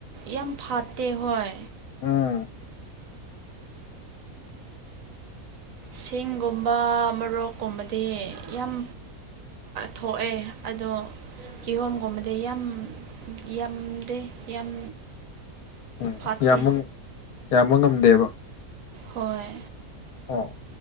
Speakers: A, on the right (about 65°); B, on the left (about 80°).
A: ꯌꯥꯝ ꯐꯠꯇꯦ ꯍꯣꯏ
B: ꯎꯝ
A: ꯁꯤꯡꯒꯨꯝꯕ ꯃꯣꯔꯣꯛꯀꯨꯝꯕꯗꯤ ꯌꯥꯝ ꯊꯣꯛꯑꯦ ꯑꯗꯣ ꯀꯤꯍꯣꯝꯒꯨꯝꯕꯗꯤ ꯌꯥꯝ ꯌꯥꯝꯗꯦ ꯌꯥꯝ
B: ꯎꯝ
A: ꯐꯠꯇꯦ
B: ꯌꯥꯝꯕ ꯌꯥꯝꯕ ꯉꯝꯗꯦꯕ
A: ꯍꯣꯏ
B: ꯑꯣ